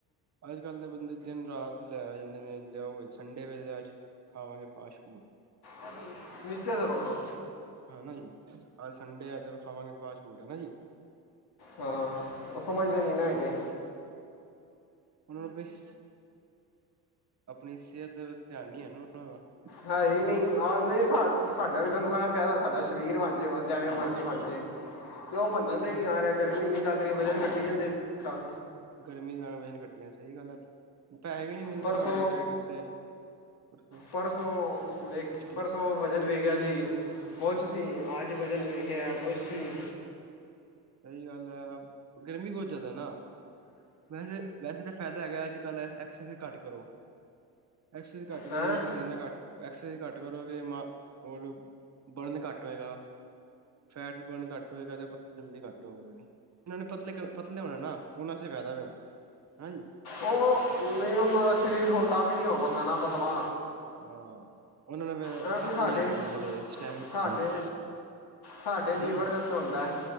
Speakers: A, on the right; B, on the left.
A: ਅੱਜ-ਕੱਲ ਦੇ ਬੰਦੇ ਦਿਨ-ਰਾਤ ਲੈ ਜਾਂਦੇ ਨੇ। ਲਿਆ ਓਏ ਸੰਡੇ ਵੇ, ਅੱਜ ਖਾਵਾਂਗੇ ਫਾਸਟ ਫੂਡ।
B: ਹ <unintelligible> ਨੀਚੇ ਸੇ ਪਕੜੋ।
A: ਹੈਨਾ ਜੀ, ਅੱਜ ਸੰਡੇ ਐ ਤੇ ਖਾਵਾਂਗੇ ਫਾਸਟ ਫੂਡ, ਹੈਨਾ ਜੀ।
B: ਹਾਂ, ਉਹ ਸਮਝਦੇ ਨੀ ਨਾ ਹੈਗੇ।
A: ਹੁਨ ਉਹ ਬਿਸ ਆਪਣੀ ਸਿਹਤ ਦੇ ਵਿੱਚ ਧਿਆਨ ਨੀ ਹੈ ਨਾ ਉਨ੍ਹਾਂ ਦਾਂ।
B: ਹੈ ਈ ਨਹੀ ਆਹਨੀ ਸਾ, ਸਾਡਾ ਨੂਹਾ ਪਿਆ ਦਾ, ਸਾਡਾ ਸਰੀਰ ਬਨ ਜੇ ਵੱਧ। ਤੇ ਐਵੇਂ
A: ਹਾਂ
B: ਮਰਜ਼ੀ ਬਣ ਜਾਏ ਤੇ ਉਹ ਬੰਨ੍ਹਣ ਤੇ
A: ਪਰ
B: ਨੀ ਆ ਰਹੇ। ਗਰਮੀ ਇੰਨੀ ਚੱਲ ਰਹੀ, ਵਜਨ ਘੱਟੀ ਜਾਂਦੀ--ਤਾਂ।
A: ਗਰਮੀ ਐਵੇਂ ਨੀਂ ਕੱਟੀਆ। ਸਹੀ ਗੱਲ ਐ। ਪੈਹੇ ਵੀ ਨਹੀਂ ਮਿਲਦੇ
B: ਪਰਸੋਂ
A: ਘਰ ਡਾਇਟ ਵਾਸਤੇ। ਪਰਸੋਂ
B: ਪਰਸੋਂ ਵੇਖ,
A: ਸਿਕਸਟੀ
B: ਪਰਸੋਂ ਵਜ਼ਨ ਵੇਖਿਆ ਸੀ।
A: ਸਿਕਸਟੀ
B: ਕੁਛ
A: ਸਿਕਸ
B: ਸੀ। ਅੱਜ ਵਜਨ ਵੇਖਿਆ, ਕੁਛ ਸੀ।
A: ਸਹੀ ਗੱਲ ਐ, ਗਰਮੀ ਬਹੁਤ ਜ਼ਿਆਦਾ ਨਾ। ਵੈਸੇ-ਵੈਸੇ ਤਾਂ ਫਾਇਦਾ ਹੈਗਾ। ਅੱਜ-ਕੱਲ੍ਹ ਐਕਸਰਸਾਈਜ਼ ਘੱਟ ਕਰੋ। ਐਕਸਜ਼ ਘੱਟ ਕਰੋਗੇ,
B: ਹੈ
A: ਪਸੀਨਾ ਘੱਟ। ਐਕਸਰਸਜ਼ ਘੱਟ ਕਰੋਗੇ, ਮਾ ਔਰ ਬਰਨ ਘੱਟ ਹੋਏਗਾ। ਫੈਟ ਬਰਨ ਘੱਟ ਹੋਏਗਾ ਤੇ ਪਤਲੇ ਜਲਦੀ ਘੱਟ ਹੋਣਗੇ, ਇੰਨ੍ਹਾ ਨੇ ਪਤਲੇ-ਪਤਲੇ ਹੋਣੈ ਨਾ। ਉਹਨਾਂ ਸੇ ਫਾਇਦਾ ਵੇ ਹੁਨ। ਹਾਂਨ।
B: ਔਹ ਨਹੀਂ, ਉਹਨਾਂ ਦਾ ਸ਼ਰੀਰ ਹੋਟਾ ਵੀ ਨੀ ਹੋਪਾਂਦਾ, ਨਾ ਪਤਲਾ।
A: ਹਾਂ, ਉਹਨਾਂ ਨੇ
B: ਐ
A: ਥੱਕ
B: ਵੀ ਸਾਡੇ
A: ਬੜੀ ਜਲਦੀ ਜਾਂਦੇ ਨੇ
B: ਸਾਡੇ
A: <unintelligible>
B: ਸਾਡੇ ਲੀਵਰ
A: ਹਨਾ ਜੀ
B: ਦੇ ਉਤੇ ਹੁੰਦੈ,